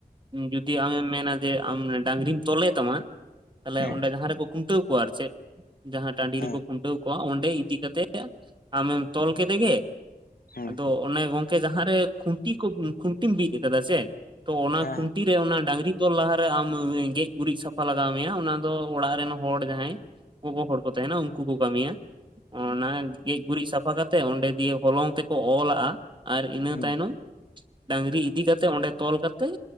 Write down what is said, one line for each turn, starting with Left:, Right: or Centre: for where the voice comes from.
Right: ᱡᱩᱫᱤ ᱟᱢᱮᱢ ᱢᱮᱱᱟ ᱡᱮ ᱟᱢ ᱰᱟᱝᱨᱤᱢ ᱛᱚᱞᱮ ᱛᱟᱢᱟ ᱛᱟᱦᱞᱮ
Left: ᱦᱮᱸ
Right: ᱚᱸᱰᱮ ᱡᱟᱦᱟᱸ ᱨᱮᱠᱚ ᱠᱷᱩᱱᱴᱟᱹᱣ ᱠᱚᱣᱟ ᱟᱨ ᱪᱮᱫ ᱡᱟᱦᱟᱸ ᱴᱟᱺᱰᱤ
Left: ᱦᱮᱸ
Right: ᱨᱮᱠᱚ ᱠᱷᱩᱱᱴᱟᱹᱣ ᱚᱸᱰᱮ ᱤᱫᱤ ᱠᱟᱛᱮᱜ ᱟᱢᱮᱢ ᱛᱚᱞ ᱠᱮᱫᱮ ᱜᱮ᱾
Left: ᱦᱮᱸ
Right: ᱟᱫᱚ
Left: ᱦᱮᱸ
Right: ᱚᱱᱮ ᱜᱚᱝᱠᱮ ᱡᱟᱦᱟᱸᱨᱮ ᱠᱷᱩᱱᱴᱤ ᱠᱚ ᱠᱷᱩᱱᱴᱤᱢ ᱵᱤᱫ ᱟᱠᱟᱫᱟ ᱥᱮ, ᱛᱚ ᱚᱱᱟ
Left: ᱦᱮᱸ
Right: ᱠᱷᱩᱱᱴᱤ ᱜᱮ ᱚᱱᱟ ᱰᱟᱝᱨᱤ ᱛᱚᱞ ᱞᱟᱦᱟᱨᱮ ᱟᱢ ᱜᱮᱡ ᱜᱩᱨᱤᱡ ᱥᱟᱯᱷᱟ ᱞᱟᱜᱟᱣ ᱢᱮᱭᱟ ᱚᱱᱟ ᱫᱚ ᱚᱲᱟᱜ ᱨᱮᱱ ᱦᱚᱲ ᱡᱟᱦᱟᱸᱭ ᱜᱚᱜᱚ ᱦᱚᱲ ᱠᱚ ᱛᱟᱦᱮᱱᱟ ᱩᱱᱠᱩ ᱠᱚ ᱠᱟᱹᱢᱤᱭᱟ, ᱚᱱᱟ ᱜᱮᱡ ᱜᱩᱨᱤᱡ ᱥᱟᱯᱷᱟ ᱠᱟᱛᱮᱜ ᱚᱸᱰᱮ ᱫᱤᱭᱮ ᱦᱚᱞᱚᱝ ᱛᱮᱠᱚ ᱚᱞᱟᱜ-ᱟ ᱟᱨ ᱤᱱᱟᱹ
Left: ᱦᱩᱸ
Right: ᱛᱟᱭᱱᱚᱢ ᱰᱟᱝᱨᱤ ᱤᱫᱤ ᱠᱟᱛᱮ ᱚᱸᱰᱮ ᱛᱚᱞ ᱠᱟᱛᱮᱜ